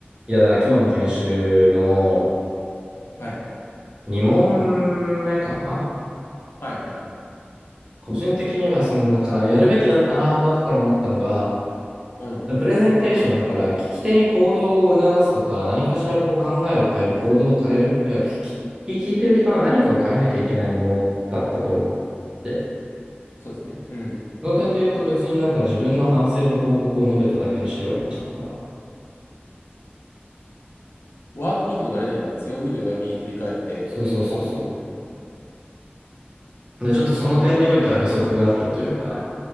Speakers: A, on the right (about 20°); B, on the left (about 80°).
A: いやだ、今日の研修の
B: はい。
A: 2問目かな
B: はい、はい。
A: 個人的にはその、だからやるべきだったなぁと後から思ったのが、
B: うん。
A: プレゼンテーションだから聞き手に行動を促すとか、何かしらこう考えを変える、行動を変える、いや、聞き、聞いてる人は何かを変えなきゃいけないものだったと思って、
B: そうですね。うん。
A: その点で言うと別になんか自分の反省と報告を述べただけの資料になっちゃったから、
B: ワークにってことあれだよね。強みと弱み振り返って、
A: そうそうそうそう。
B: 今後の。
A: で、ちょっとその点においては不足があったというか、
B: ああ、は